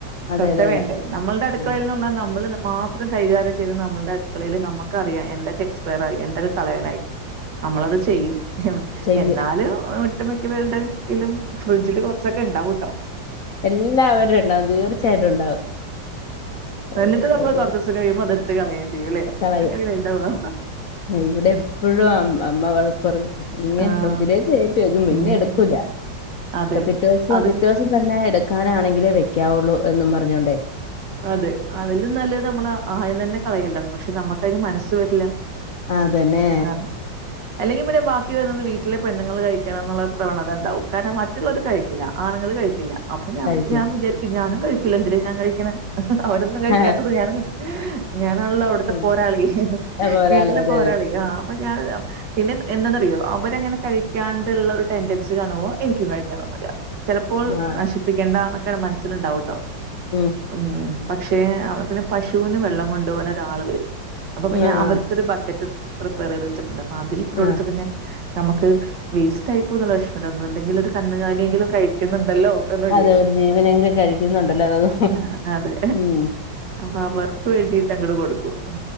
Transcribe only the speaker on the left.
അതെ
അതെ
അതെ
ആ
ചെയ്യും
എല്ലാവരും ഉണ്ടാവും തീർച്ചയായിട്ടും ഉണ്ടാവും ഒരു
ഒരു
കളയും
ആ ഇവിടെ എപ്പോഴും അമ്മ വഴക്കുറിയും ഇങ്ങനെ
ഫ്രിഡ്ജിലേക്ക് കെറ്റി വയ്ക്കും പിന്നെ
എടുക്കൂല
പിറ്റേ ദിവസം
പിറ്റേ ദിവസം തന്നെ എടുക്കാനാണെങ്കിലേ വെക്കാവുള്ളൂ എന്നും പറഞ്ഞോണ്ടേ
ആ അതന്നെ
കഴിക്കരുത്
ആ
ഉം.
അപ്പൊ ഒരാളെ
അതെ
അതെ
ആഹ് ആഹ്
ഉം
ആഹ്
ആഹ്
അതെ ഒരു ജീവനെങ്കനിലെ കഴിക്കുന്നുണ്ടല്ലോ അതത്
ഉം